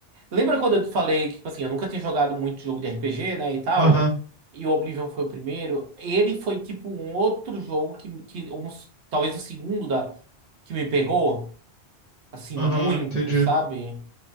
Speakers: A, on the right; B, on the right.
A: Lembra quando eu te falei que, tipo assim, eu nunca tinha jogado muito jogo de RPG, né, e tal?
B: aham,
A: E o Oblivion foi o primeiro. Ele foi, tipo, um outro jogo que, que um, talvez o segundo da, que me pegou, assim,
B: aham,
A: muito,
B: entendi.
A: sabe?